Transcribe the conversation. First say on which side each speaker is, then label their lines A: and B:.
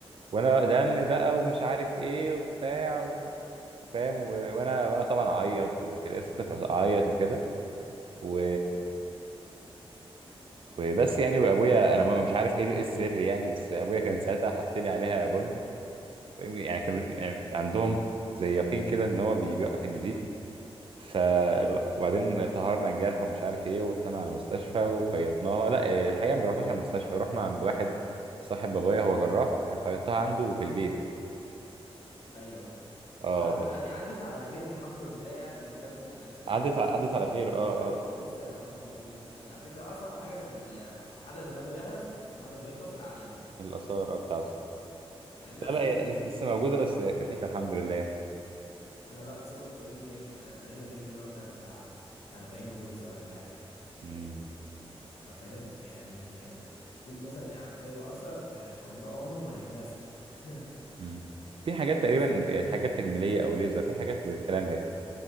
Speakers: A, on the right; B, on the left.
A: وانا دم بقى ومش عارف ايه وبتاع و- وفاهم و- وانا وانا طبعا اعيط وكده لسه طفل اعيط وكده و وبس يعني وابويا انا ما- مش عارف ايه إيه السر يعني بس ابويا كان ساعتها حط لي عليها بن فاهم؟ يعني كانوا يعني عندهم زي يقين كده ان هو بي- بيوقف النزيف ف
B: ايوه
A: وبعدين طهرنا الجرح ومش عارف ايه وطلعنا على المستشفى وخيطناها لا إيه، الحقيقه ما رحناش على المستشفى رحنا عند واحد صاحب بابايا هو جراح خيطتها عنده في البيت
B: ايوه
A: اه
B: وحد يعني عدت على خير الحمد لله يعني من غير ما سابت
A: عدت
B: علامه
A: ع-
B: في
A: عدت
B: وشك
A: على خير
B: او
A: اه
B: حاجه ولا
A: اه
B: لسه العلامه موجوده لحد دلوقتي على فكره اصعب حاجه في الحدث بعد ما بيخلص بعد ما بيخلص العلامه
A: الاثار اه بتاعته
B: يعني انا
A: لا
B: في
A: لا هي
B: رجلي
A: لس-
B: فيه
A: لسه
B: بسبب
A: موجوده
B: الحادثه
A: بس
B: دي
A: خفيفه
B: اثار
A: الحمد لله يعني.
B: انا بقى بسبب في رجلي يعني انا تقريبا رجلي واخده بتاع 40 غرزه ولا حاجه
A: امم
B: ففاهم يعني آه، قول مثلا يع- سايبه اثر آه، عمره عمره ما هيتنسى <laughs>
A: مم. في حاجات تقريبا
B: اثر
A: يعني حاجات تجميليه او ليزر في حاجات للكلام ده